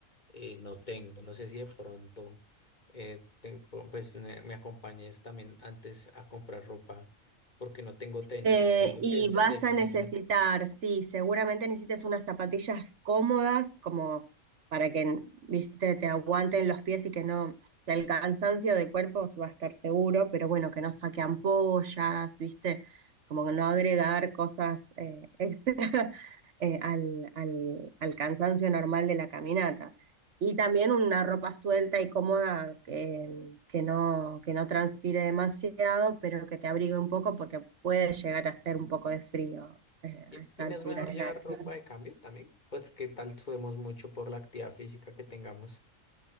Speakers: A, on the left; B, on the right.
A: eh, no tengo. No sé si de pronto, eh, ten- pu- pues me, me acompañes también antes a comprar ropa, porque no tengo tenis.
B: Eh,
A: Entiendo
B: y
A: que el senderismo.
B: vas a necesitar, sí, seguramente necesites unas zapatillas cómodas, como para que, viste, te aguanten los pies y que no, o sea, el cansancio del cuerpo va a estar seguro, pero bueno, que no saque ampollas, viste, como que no agregar cosas eh, <laughs> extra eh, al, al al cansancio normal de la caminata. Y también una ropa suelta y cómoda que, que no, que no transpire demasiado, pero que te abrigue un poco porque puede llegar a hacer un poco de frío eh,
A: Y,
B: a esta
A: y no
B: altura
A: es mejor
B: del
A: llevar
B: año.
A: ropa de cambio también, pues qué tal subimos mucho por la actividad física que tengamos.